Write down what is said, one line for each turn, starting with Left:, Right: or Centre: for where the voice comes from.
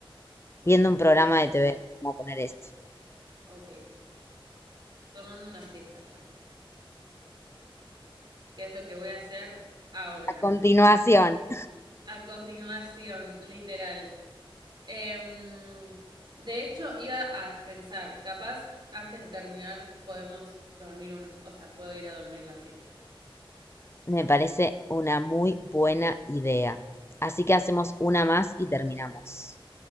Left: viendo un programa de TV, vamos a poner este.
Right: Ok, tomando una siesta yo. qué es lo que voy a hacer ahora.
Left: A continuación.
Right: A continuación, literal. Em, de hecho, iba a pensar, capaz antes de terminar podemos dormir un, o sea, puedo ir a dormir la siesta.
Left: Me parece una muy buena idea. Así que hacemos una más y terminamos.